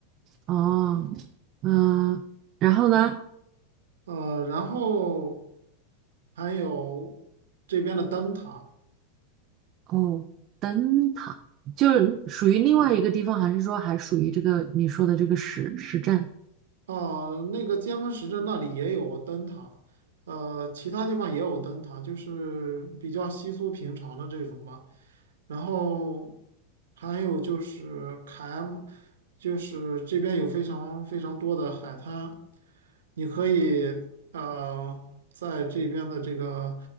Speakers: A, on the right; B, on the right.
A: 哦，嗯，然后呢？
B: 呃，然后还有这边的灯塔。
A: 哦，灯塔就是属于另外一个地方，还是说还属于这个你说的这个市市镇？
B: 啊，那个尖峰石镇那里也有灯塔，呃，其他地方也有灯塔，就是比较稀疏平常的这种吧。然后还有就是凯 M，就是这边有非常非常多的海滩，你可以呃在这边的这个